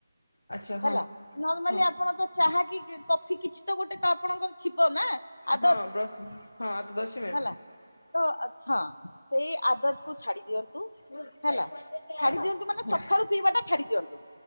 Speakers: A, on the left; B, on the left.
A: ଆଚ୍ଛା ହଁ।
B: ହେଲା ନର୍ମାଲି
A: ହଁ
B: ଆ ପଣ ତ ଚାହା କି ଇ କଫି କିଛି ତ ଗୋଟେ ତ ଆପଣଙ୍କର ଥିବ ନା ଆଦତ
A: ହଁ ବ୍ରସ ହଁ ବ୍ରସ
B: ହେଲା ତ ହଁ ସେଇ ଆଦତ କୁ ଛାଡି ଦିଅନ୍ତୁ
A: ହଁ। ଥାଉ
B: ହେଲା
A: ହଁ ହଁ ହଁ ମ୍ୟାଡ଼ାମ।
B: ଛାଡି ଦିଅନ୍ତୁ ମାନେ
A: ହୁଁ ହୁଁ
B: ସଖାଳୁ ପିଇବା ଟା ଛାଡି ଦିଅନ୍ତୁ।